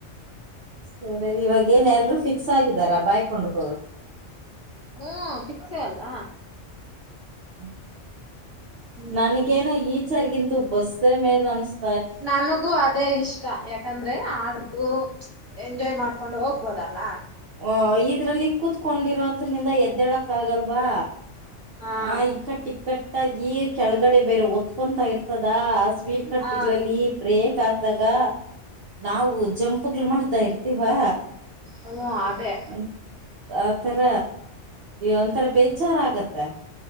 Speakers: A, on the right; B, on the right.
A: ಸರಿ ಇವಾಗ ಏನ್ ಎಲ್ರು ಫಿಕ್ಸ್ ಆಗಿದಾರಾ? ಬೈಕ್. <unintelligible>
B: ಹ್ಮ ಪಿಕ್ಸೆ ಅಲ್ಲ
A: ಹ್ಮ
B: ಹ್ಮ್
A: ನನ್ಗೇನು ಈಚಾರಿಗಿಂತು ಬಸ್ ಮೇಲ್. <unintelligible>
B: ನಾನಗು ಆ ಅ ಇಷ್ಟ ಯಾಕಂದ್ರೆ ಅ ಆಡತು ಎಂಜಾಯ್ ಮಾಡ್ಕೊಂಡು ಹೋಗ್ಬೋದಲ್ಲ
A: ಹ ಇದ್ರಲ್ಲಿ ಕುೂತ್ಕೊಂಡಿರೋದು ಇದರಿಂದ ಎದ್ದೇಳಕ್ ಆಗಲ್ವಾ
B: ಹಾ
A: ಹ ಇಕ್ಕಟ್ಟಿ ಕಟ್ಟಾಗಿ ಕೆಳಗಡೆ ಬೇರೆ ಒತ್ಕೊತಾ ಇರ್ತ ಆತದಾ ಸ್ಪೀಡ್ ಕಟ್ಗಳಲ್ಲಿ
B: ಹ
A: ಬ್ರೇಕ್ ಹಾಕ್ದಾಗ ತಾ ನಾವು ಜಂಪ್ಗಳು ಮಾಡ್ತಾ ಇರ್ತೀವಾ
B: ಹ್ಮ ಅದೇ
A: ಅ ಆತರ ಒಂಥರ ಬೇಜಾರ ಆಗತ್ತೆ